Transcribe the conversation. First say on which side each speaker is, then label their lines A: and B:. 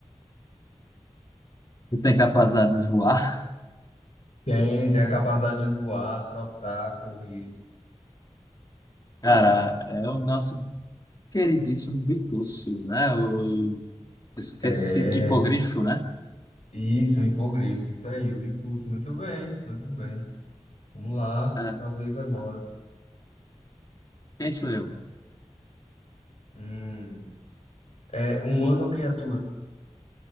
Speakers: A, on the left; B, on the left.
A: Não tem capacidade de voar.
B: Tem, tem a capacidade de voar, trotar, correr.
A: Cara, é o nosso queridíssimo Bicurso, né? O, esqueci,
B: É,
A: hipogrifo, né?
B: isso, um hipogrifo, isso aí, o bicurso. Muito bem, muito bem. Vamos lá,
A: Ah,
B: sua vez agora.
A: quem sou eu?
B: Hum. É humano ou criatura?